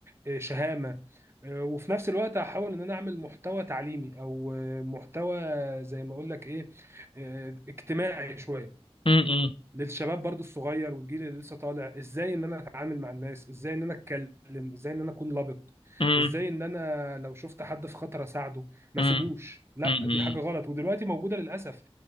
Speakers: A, on the right; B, on the left.
A: آه، شهامة آه، وفي نفس الوقت هحاول ان انا اعمل محتوى تعليمي او آه، محتوى زي ما اقول لك ايه آه، اجتماعي شوية
B: م- م- م-
A: للشباب برضو الصغير والجيل اللي لسه طالع ازاي ان انا اتعامل مع الناس ازاي ان انا اتكلم ازاي ان انا اكون لبق
B: م-
A: ازاي
B: م-
A: ان انا لو شفت حد في خطر اساعده ما
B: م-
A: سيبوش
B: م-
A: لا
B: م-
A: دي
B: م-
A: حاجة غلط ودلوقتي موجودة للأسف